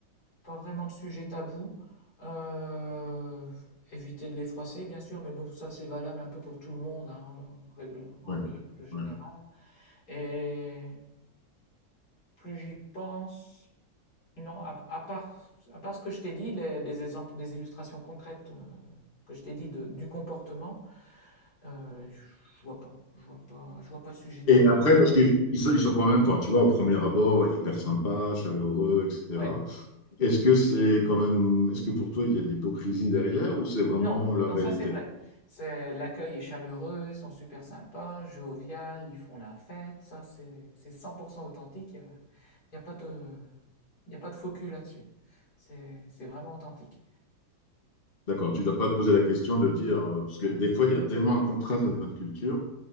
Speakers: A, on the left; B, on the left.
A: pas vraiment de sujet tabou. Euh, éviter de les froisser, bien sûr, mais bon, ça c'est valable un peu pour tout le monde, hein, en règle, en
B: Ouais,
A: règle générale.
B: ouais.
A: Et Plus j'y pense, non, à, à part, à part ce que je t'ai dit, les, des exemples, des illustrations concrètes euh, que je t'ai dit de- du comportement, euh, je je vois pas, je vois pas, je vois pas de sujet tabou.
B: Et après, parce qu'ils sont, ils sont quand même, enfin, tu vois, au premier abord, hyper sympas, chaleureux, etc.
A: Ouais,
B: Est-ce que c'est quand même, est-ce que pour toi, il y a de l'hypocrisie derrière ou c'est vraiment
A: non,
B: la
A: non,
B: réalité?
A: ça c'est vrai. C'est l'accueil est chaleureux, ils sont super sympas, jovial, ils font la fête, ça c'est c'est 100% authentique. Il y a, y a pas de, y a pas de faux cul là-dessus. C'est c'est vraiment authentique.
B: D'accord, tu ne dois pas te poser la question de dire, euh, parce que
A: Non,
B: des fois, il y a tellement
A: non,
B: un
A: non,
B: contraste avec notre culture